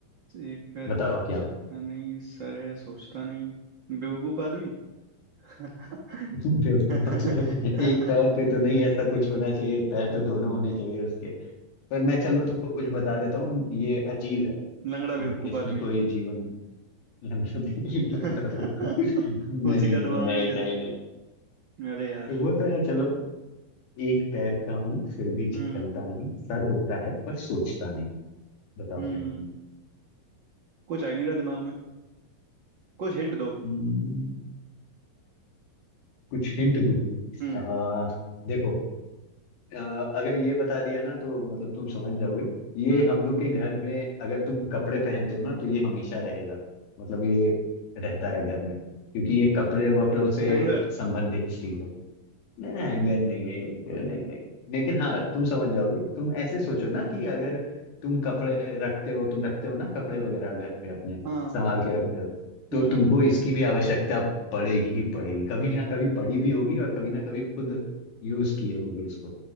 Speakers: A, on the right; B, on the left.
A: एक पैर
B: बताओ
A: का है
B: क्या
A: चलता
B: हूं
A: नहीं सर है सोचता नहीं बेवकूफ आदमी <laughs>
B: <laughs> बेवकूफ।
A: अरे
B: एक पैर पे तो नहीं ऐसा कुछ होना चाहिए पैर तो दोनों होने चाहिए उसके पर मैं चलो तुमको कुछ बता देता हूँ ये अजीब है
A: लंगड़ा बेवकूफ
B: इन- इसमें
A: आदमी
B: कोई जीवन लग रहा भी-
A: <laughs>
B: लग रहा बेवकूफ। नहीं
A: उसी का
B: नहीं
A: दिमाग
B: नहीं
A: नहीं चलेगा
B: नहीं नहीं
A: अरे यार
B: वो तो है चलो एक पैर का हूं फिर भी
A: हम्म
B: चलता नहीं सर होता है पर सोचता नहीं बताओ
A: हम्म
B: क्या हूं
A: कुछ आ ही नहीं रहा दिमाग में कुछ हिंट दो
B: हम्म, कुछ हिंट दूँ
A: हम्म
B: आ, देखो आ, अगर ये बता दिया ना तो मतलब तुम समझ जाओगे ये
A: हम्म
B: हम लोग के घर में अगर तुम कपड़े पहनते हो ना तो ये हमेशा रहेगा मतलब ये रहता है घर में क्योंकि ये कपड़े वपड़ों से
A: हैंगर
B: संबंधित चीज है नहीं एंगर नहीं है एक नहीं नहीं नहीं। लेकिन हाँ तुम समझ जाओगे तुम ऐसे सोचो ना कि अगर तुम कपड़े रखते हो तुम रखते हो ना कपड़े वगैरह घर पे अपने
A: हाँ
B: संभाल के रखते हो तो
A: हम्म
B: तुमको इसकी भी आवश्यकता पड़ेगी ही पड़ेगी कभी ना कभी पड़ी भी होगी और कभी ना कभी खुद यूज किए होगे इसको